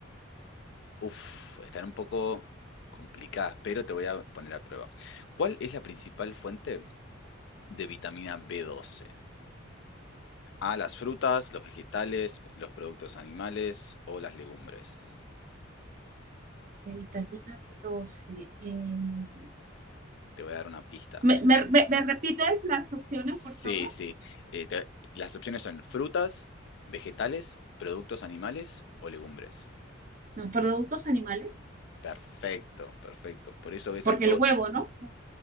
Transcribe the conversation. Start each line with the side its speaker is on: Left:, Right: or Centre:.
Left: Uf, están un poco complicadas, pero te voy a poner a prueba. ¿Cuál es la principal fuente de vitamina B12? A, las frutas, los vegetales, los productos animales o las legumbres.
Right: De vitamina B12. em,
Left: Te voy a dar una pista.
Right: ¿me, me- me- me repites las opciones,
Left: Sí,
Right: por favor?
Left: sí. Eh, te- las opciones son frutas, vegetales, productos animales o legumbres.
Right: No, productos animales.
Left: Perfecto, perfecto. Por eso ves
Right: Porque
Left: a todo,
Right: el huevo, ¿no? El huevo,